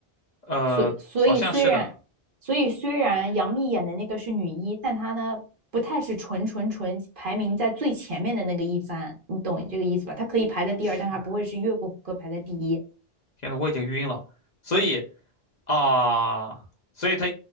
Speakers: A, on the left; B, on the right.
A: 呃，
B: 所所以虽然所以虽然杨幂演的那个是女一，
A: 好像是的。
B: 但她呢不太是纯纯纯排名在最前面的那个一番，你懂这个意思吧？她可以排在第二，
A: 天，
B: 但她不会是越过胡歌排在第一。
A: 天呐，我已经晕了。所以啊，所以他